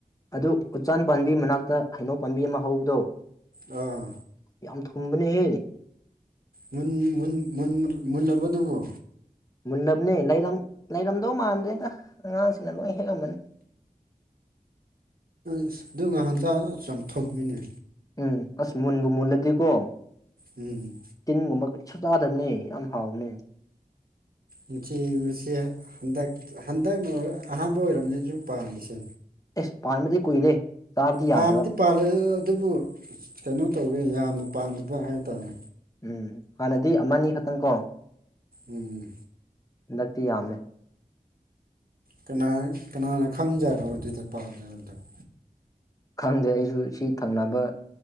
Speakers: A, on the left; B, on the right.
A: ꯑꯗꯨ ꯎꯆꯥꯟ ꯄꯥꯟꯕꯤ ꯃꯅꯥꯛꯇ ꯍꯩꯅꯧ ꯄꯥꯝꯕꯤ ꯑꯃ ꯍꯧꯕꯗꯣ꯫
B: ꯑꯥ
A: ꯌꯥꯝ ꯊꯨꯝꯕꯅꯦꯍꯦ꯫
B: ꯃꯨꯟ ꯃꯨꯟ ꯃꯨꯟ ꯃꯨꯟ ꯃꯨꯜꯂꯕꯣ ꯑꯗꯨꯕꯨ?
A: ꯃꯨꯜꯂꯕꯅꯦ ꯂꯩꯔꯝ ꯂꯩꯔꯝꯗꯧ ꯃꯥꯟꯗ꯭ꯔꯦꯗ ꯑꯉꯥꯡꯁꯤꯡꯅ ꯂꯣꯏ ꯍꯦꯛꯑꯃꯅꯤ꯫
B: ꯑꯁ ꯑꯗꯨ ꯅꯍꯟ ꯆꯥꯕꯗ ꯌꯥꯝ ꯊꯨꯝꯃꯤꯅꯤ꯫
A: ꯎꯝ ꯑꯁ ꯃꯨꯟꯕꯨ ꯃꯨꯜꯂꯗꯤꯀꯣ
B: ꯎꯝ
A: ꯇꯤꯟꯒꯨꯝꯕ ꯀꯔꯤꯁꯨ ꯆꯥꯗꯕꯅꯦ ꯌꯥꯝ ꯍꯥꯎꯕꯅꯦ꯫
B: ꯃꯆꯤ ꯃꯆꯦ ꯍꯟꯗꯛ ꯍꯟꯗꯛꯅ ꯑꯍꯥꯟꯕ ꯑꯣꯏꯔꯝꯅꯤꯁꯨ ꯄꯥꯟꯕꯁꯦ꯫
A: ꯑꯦꯁ ꯄꯥꯟꯕꯗꯤ ꯀꯨꯏꯔꯦ ꯆꯥꯕꯗꯤ ꯌꯥꯗꯕ꯫
B: ꯄꯥꯝꯗꯤ ꯄꯥꯜꯂꯦ ꯑꯗꯨꯕꯨ ꯀꯩꯅꯣ ꯇꯧꯋꯦ ꯌꯥꯝꯅ ꯄꯥꯟꯗꯕ ꯍꯥꯏꯇꯥꯔꯦ꯫
A: ꯎꯝ ꯍꯥꯟꯅꯗꯤ ꯑꯃꯅꯤ ꯈꯛꯇꯪ ꯀꯣ꯫
B: ꯎꯝ
A: ꯍꯟꯗꯛꯇꯤ ꯌꯥꯝꯃꯦ꯫
B: ꯀꯅꯥ ꯀꯅꯥꯅ ꯈꯪꯖꯔꯣ ꯑꯗꯨꯗ ꯄꯥꯜꯂꯦ ꯍꯥꯏꯕꯗꯨ꯫
A: ꯈꯪꯗꯦ ꯑꯩꯁꯨ ꯁꯤ ꯊꯪꯅꯕ